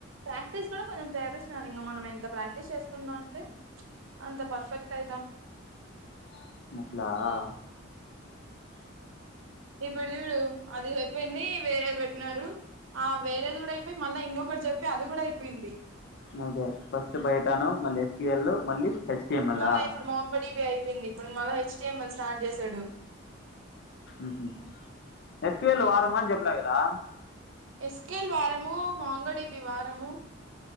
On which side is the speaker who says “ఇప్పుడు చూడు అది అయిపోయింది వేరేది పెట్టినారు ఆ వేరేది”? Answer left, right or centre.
Right